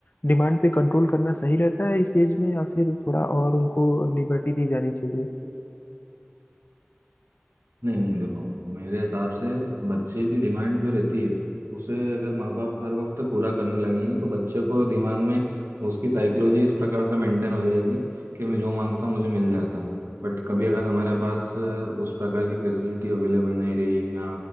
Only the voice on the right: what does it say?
नहीं नहीं देखो मेरे हिसाब से बच्चे की डिमांड जो रहती है उसे अगर माँ बाप हर वक्त पूरा करने लगेंगे तो बच्चे को दिमाग में उसकी साइकोलॉजी इस प्रकार से मेंटेन हो जाएगी कि मैं जो मांगता हूँ मुझे मिल जाता है बट कभी अगर हमारे पास अ, उस प्रकार की फैसिलिटी अवेलेबल नहीं रही या